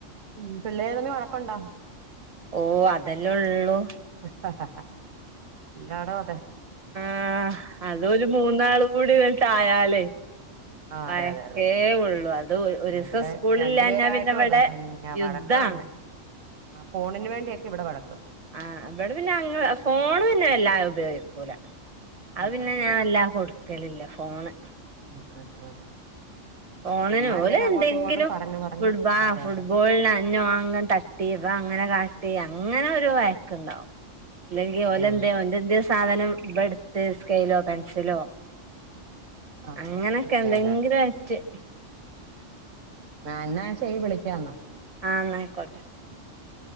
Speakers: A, on the right; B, on the right.
A: ഉം പിള്ളേര് തമ്മിൽ വഴക്ക് ഉണ്ടാ
B: ഓ അതെല്ലേ ഉള്ളൂ
A: ഹ് ഹ് ഹ് എന്താടോ അത്
B: ആ അതൊരു മൂന്നാൾ കൂടി ആയാലേ
A: ആ
B: മയക്കേ
A: അതെ അതെ അതെ
B: ഉള്ളു അത് ഒരു ദിവസം
A: ഇവിടെ
B: സ്കൂളില്ലഞ്ഞാ
A: രണ്ടു പേരായിട്ടും
B: പിന്നെ ഇവിടെ
A: അതെ പിന്നെ
B: യുദ്ധാണ്
A: വഴക്കാന്ന്
B: <inaudible>
A: ആ ഫോണിന് വേണ്ടിയൊക്കെ ഇവിടെ വഴക്ക്
B: ആ ഇവിടെ പിന്നെ അങ്ങനെ ഫോണ് പിന്നെ വല്ലാതെ ഉപയോഗിക്കൂല അത്
A: ആ
B: പിന്നെ
A: ആ
B: ഞാൻ
A: ആ
B: വല്ലാതെ കൊടുക്കലില്ല ഫോണ്
A: അ അ ആ
B: ഫോണിന്
A: ചുമ്മാ
B: പോലെ
A: എന്തേലും അങ്ങോട്ടും
B: എന്തെങ്കിലും
A: ഇങ്ങോട്ടും പറഞ്ഞു പറഞ്ഞു
B: ഫുട്ബോൾ
A: അതെ
B: ഫുട്ബോളന്
A: അതെ
B: അന്നോ അങ്ങൻ തച്ചു ഇവ അങ്ങനെ കാട്ടി അങ്ങനെ ഒരു വയക്ക് ഉണ്ടാവും അല്ലെങ്കിൽ
A: അതേ
B: ഓലന്തേ
A: ഉള്ളൂ
B: സാധനം ഇവൻ എടുത്ത് സ്കെയിലോ പെൻസിലോ
A: ആ
B: അങ്ങനൊക്കെ
A: ആ ആ അതെ
B: എന്തെങ്കിലും
A: അതെ അതെ
B: ആയിട്ട്
A: ആ ന്ന ശരി ഞാൻ വിളിക്കാന്ന
B: ആ ന്നയിക്കോട്ടെ